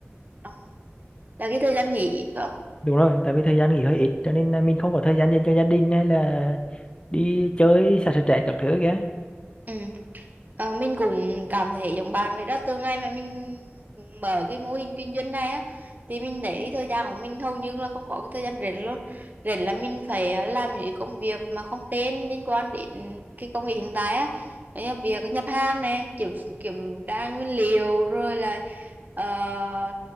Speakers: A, on the right (about 40°); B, on the left (about 25°).
A: Ờ, là cái thời gian nghỉ phải không
B: đúng rồi tại vì thời gian nghỉ hơi ít cho nên là mình không có thời gian dành cho gia đình hay là đi chơi xả stress các thứ kìa
A: ừ. Ờ, mình cũng cảm thấy giống bạn vậy đó từ ngày mà mình mở cái mô hình kinh doanh này á thì mình thấy cái thời gian của mình hầu như là không có cái thời gian rảnh luôn rảnh là mình phải ờ, làm những công việc mà không tên liên quan đến cái công việc hiện tại á đấy là việc nhập hàng nè kiểm kiểm tra nguyên liệu rồi là ờ,